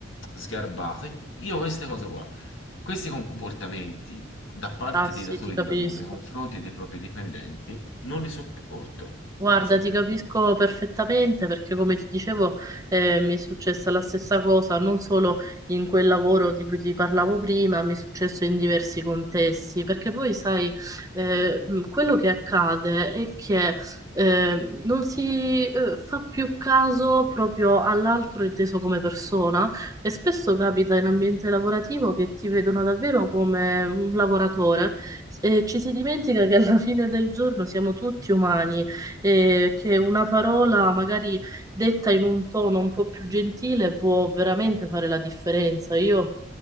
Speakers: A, on the left; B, on the right.
A: sgarbato. E io queste cose qua, questi comportamenti da parte
B: Ah sì,
A: dei datori
B: ti capisco.
A: di lavoro nei confronti dei propri dipendenti, non li sopporto.
B: Guarda,
A: Non so
B: ti
A: te.
B: capisco perfettamente perché, come ti dicevo, eh, mi è successa la stessa cosa, non solo in quel lavoro di cui ti parlavo prima, mi è successo in diversi contesti, perché poi, sai, eh, mh, quello che accade è che eh, non si eh, fa più caso proprio all'altro inteso come persona e spesso capita in ambiente lavorativo che ti vedono davvero come un lavoratore e ci si dimentica che alla fine del giorno siamo tutti umani e che una parola magari detta in un tono un po' più gentile può veramente fare la differenza. Io